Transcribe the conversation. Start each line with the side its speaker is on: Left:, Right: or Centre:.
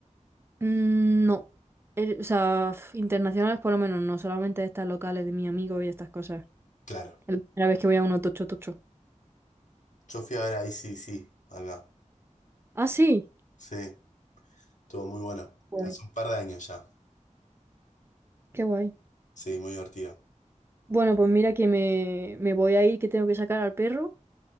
Right: Mm, no. El- o sea, f- internacionales por lo menos, no, solamente estas locales de mi amigo y estas cosas.
Left: Claro.
Right: Es la primera vez que voy a uno tocho tocho.
Left: Yo fui a ver a sí acá.
Right: Ah, sí.
Left: Sí, estuvo muy bueno.
Right: Guay.
Left: Hace un par de años ya.
Right: Qué guay.
Left: Sí, muy divertido.
Right: Bueno, pues mira que me, me voy a ir, que tengo que sacar al perro.